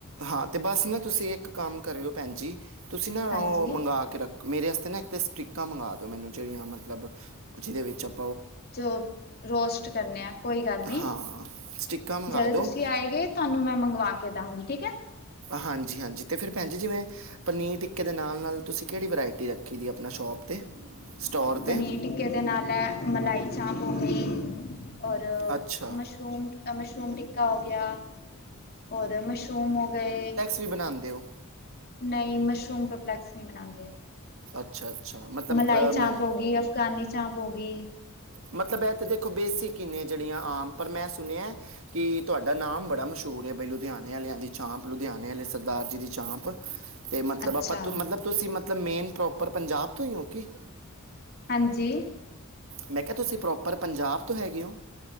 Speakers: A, on the right; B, on the left.
A: ਹਾਂ ਤੇ ਬਸ ਨਾ ਤੁਸੀਂ ਇੱਕ ਕੰਮ ਕਰਿਓ ਭੈਣ ਜੀ ਤੁਸੀਂ ਨਾ
B: ਹਾਂਜੀ
A: ਉਹ ਮੰਗ ਕੇ ਰੱਖ। ਮੇਰੇ ਵਾਸਤੇ ਨਾ ਇੱਕ ਤਾਂ ਸਟਕਾਂ ਮੰਗਵਾ ਦਿਓ ਮੈਨੂੰ ਜਿਹੜੀਆਂ ਮਤਲਬ ਜਿਹਦੇ ਵਿੱਚ ਆਪ।
B: ਜੋ ਰੋਸਟ ਕਰਨੇ ਆ ਕੋਈ ਗੱਲ ਨੀ
A: ਹਾਂ ਸਟਿੱਕਾਂ ਮੰਗਾ
B: ਜਦੋਂ
A: ਦਿਓ
B: ਤੁਸੀਂ ਆਏ ਗੇ। ਤੁਹਾਨੂੰ ਮੈਂ ਮੰਗਵਾ ਕੇ ਦਵਾਂਗੀ ਠੀਕ ਹੈ।
A: ਹਾਂਜੀ ਹਾਂਜੀ ਤੇ ਫਿਰ ਭੈਣ ਜੀ ਜਿਵੇਂ ਪਨੀਰ ਟਿੱਕੇ ਦੇ ਨਾਲ ਨਾਲ ਤੁਸੀਂ ਕਿਹੜੀ ਵਰਾਇਟੀ ਰੱਖ। ਕਿਦੀ ਆਪਣਾ ਸ਼ੋਪ 'ਤੇ ਸਟੋਰ 'ਤੇ।
B: ਪਨੀਰ ਟਿੱਕੇ ਦੇ ਨਾਲ ਹੈ ਮਲਾਈ ਚਾਪ ਹੋ ਗਈ। ਔਰ
A: ਅੱਛਾ
B: ਮਸ਼ਰੂਮ ਮਸ਼ਰੂਮ ਟਿੱਕਾ ਹੋ ਗਿਆ। ਹੋਰ ਮਸ਼ਰੂਮ ਹੋ ਗਏ।
A: ਕਿ ਬਣਾਉਂਦੇ ਹੋ।
B: ਨਹੀਂ ਮਸ਼ਰੂਮ ਦਪਲੈਕਸ ਨਹੀਂ ਬਣਾਉਂਦੇ।
A: ਅੱਛਾ ਅੱਛਾ ਮਤਲਬ
B: ਮਲਾਈ
A: ਅ,
B: ਚਾਂਪ
A: ਮ-
B: ਹੋ ਗਈ ਅਫਗਾਨੀ ਚਾਂਪ ਹੋ ਗਈ।
A: ਮਤਲਬ ਇਹ ਤਾਂ ਦੇਖੋ ਬੇਸਿਕ ਹੀ ਨੇੇ ਜਿੜੀਆਂ ਆਮ ਪਰ ਮੈਂ ਸੁਣਿਆ। ਕਿ ਤੁਹਾਡਾ ਨਾਮ ਬੜਾ ਮਸ਼ਹੂਰ ਐ ਬਾਈ ਲੁਧਿਆਣੇ ਵਾਲਿਆਂ ਦੀ ਚਾਂਪ ਲੁਧਿਆਣੇ ਵਾਲੇ ਸਰਦਾਰ ਜੀ ਦੀ ਚਾਂਪ। ਅਤੇ ਮਤਲਬ
B: ਅੱਛਾ
A: ਆਪਾਂ ਤ ਮਤਲਬ ਤੁਸੀਂ ਮਤਲਬ ਮੇਨ ਪ੍ਰੋਪਰ ਪੰਜਾਬ ਤੋਂ ਹੀ ਹੋ ਕੀ?
B: ਹਾਂਜੀ।
A: ਮੈਂ ਕਿਹਾ ਤੁਸੀਂ ਪ੍ਰੋਪਰ ਪੰਜਾਬ ਤੋਂ ਹੈਗੇ ਔ?